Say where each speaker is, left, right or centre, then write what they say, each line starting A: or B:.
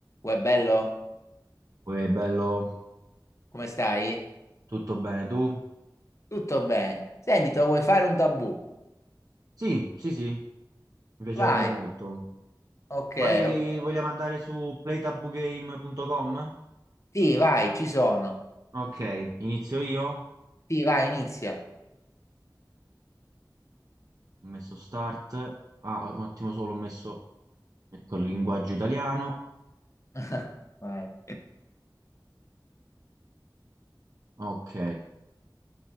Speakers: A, on the left; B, on the right.
A: Uè, bello?
B: Poi è bello,
A: Come stai?
B: tutto bene. Tu?
A: Tutto bene. Senti, te lo vuoi fare un tabù?
B: Sì, sì, sì, mi piacerebbe
A: Vai.
B: molto.
A: Ok,
B: Vai,
A: ok.
B: vogliamo andare su playtabugame.com?
A: Sì, vai, ci sono.
B: Ok, inizio io. Ho
A: Sì, vai, inizia.
B: messo start. Ah, un attimo solo, ho messo, ecco, il linguaggio italiano.
A: <laughs> Vai.
B: Ok,